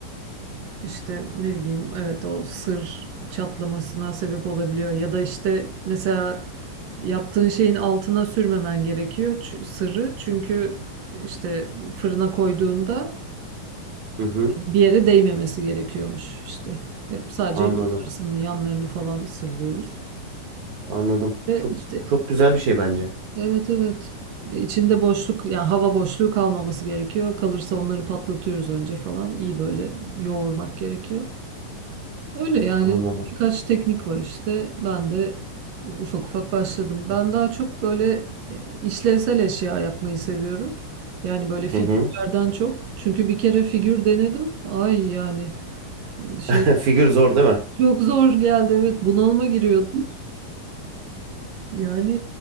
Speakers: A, on the right; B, on the right.
A: işte ne bileyim evet o sır çatlamasına sebep olabiliyor ya da işte mesela Yaptığın şeyin altına sürmemen gerekiyor çü- sırrı. Çünkü işte fırına koyduğunda
B: Hı hı,
A: bir yere değmemesi gerekiyormuş işte. Hep sadece
B: anladım.
A: yukarısını, yanlarını falan sırlıyoruz.
B: Anladım.
A: Ve
B: Çok
A: işte
B: çok güzel bir şey bence.
A: evet evet. E, İçinde boşluk yani hava boşluğu kalmaması gerekiyor. Kalırsa onları patlatıyoruz önce falan. İyi böyle yoğurmak gerekiyor. Öyle yani
B: Anladım.
A: birkaç teknik var işte. Ben de Ufak ufak başladım. Ben daha çok böyle e, işlevsel eşya yapmayı seviyorum. Yani böyle figürlerden
B: Hı hı.
A: çok. Çünkü bir kere figür denedim. Ay yani şey
B: <laughs> Figür zor değil mi?
A: çok zor geldi. Evet bunalıma giriyordum. Yani